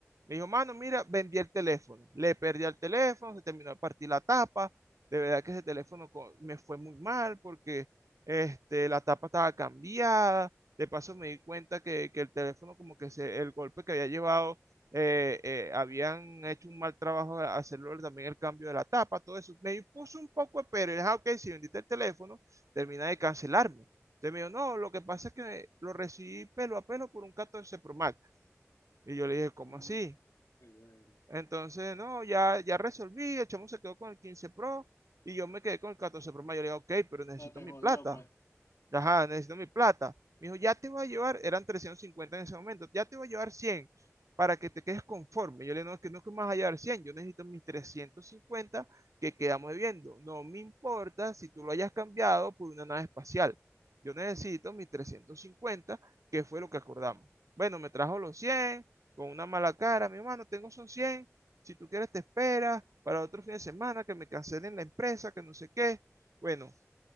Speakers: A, on the right; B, on the left.
A: Me dijo, mano, mira, vendí el teléfono. Le perdí el teléfono, se terminó de partir la tapa. De verdad que ese teléfono co- me fue muy mal porque este, la tapa estaba cambiada. De paso me di cuenta que, que el teléfono, como que se- el golpe que había llevado, eh, eh, habían hecho un mal trabajo a- hacerlo también el cambio de la tapa, todo eso. Me puso un poco de pero. y dije, "Ah, ok, si vendiste el teléfono, termina de cancelarme. Entonces me dijo, no, lo que pasa es que lo recibí pelo a pelo por un 14 Pro Max. Y yo le dije, ¿cómo
B: Mm,
A: así?
B: ay, verga.
A: Entonces, no, ya, ya resolví, el chamo se quedó con el 15 Pro y yo me quedé con el 14 Pro Max. Yo le dije, ok, pero necesito
B: Ya te
A: mi
B: jodió,
A: plata.
B: pues,
A: Ajá, necesito mi plata. Me dijo, ya te voy a llevar, eran 350 en ese momento, ya te voy a llevar 100 para que te quedes conforme. Yo le digo, no, es que no que me vas a llevar cien yo necesito mis 350 que quedamos debiendo. No me importa si tú lo hayas cambiado por una nave espacial. Yo necesito mis 350 que fue lo que acordamos. Bueno, me trajo los 100 con una mala cara, mi hermano, tengo son cien si tú quieres te esperas para otro fin de semana, que me cancelen la empresa, que no sé qué. Bueno,